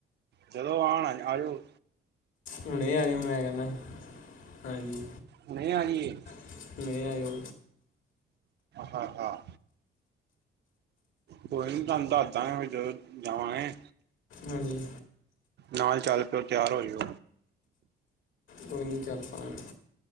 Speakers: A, on the right (about 60°); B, on the left (about 80°).
A: ਜਦੋਂ, ਆਣਾ ਆਜੋ।
B: ਹੁਣੇ ਆਜੋ ਮੈਂ ਕਹਿਣਾ ਹਾਂਜੀ।
A: ਹੁਣੇ ਆਜਿਏ।
B: <unintelligible> ਹੁਣੇ ਆਈ ਹੋ।
A: ਹਾਂ, ਹਾਂ। ਕੋਈ ਨੀ ਤੁਹਾਨੂੰ ਦੱਸਦਾ ਗੇ ਜਦੋਂ ਜਾਵਾਂਗੇ।
B: ਹਾਂਜੀ।
A: ਨਾਲ ਚੱਲ ਪਿਓ ਤਿਆਰ ਹੋ ਜਓ
B: ਕੋਇ ਨੀ ਚਲ ਪਾਂਗੇ